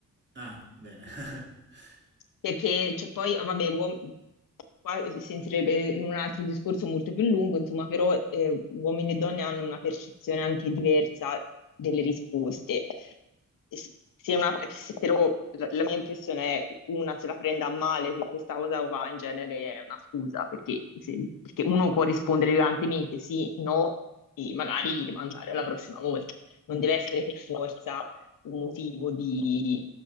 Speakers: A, on the right; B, on the left.
A: Ah, bene. <laughs>
B: perché cioè, poi, vabbè, uom- qua si entrerebbe in un altro discorso molto più lungo, insomma, però eh, uomini e donne hanno una percezione anche diversa delle risposte. S- Se una- se però la, la mia impressione è una se la prenda a male per questa cosa qua in genere è una scusa, perché, se- perché uno può rispondere violentemente sì, no, e magari rimandare alla prossima volta non deve essere per forza un motivo di,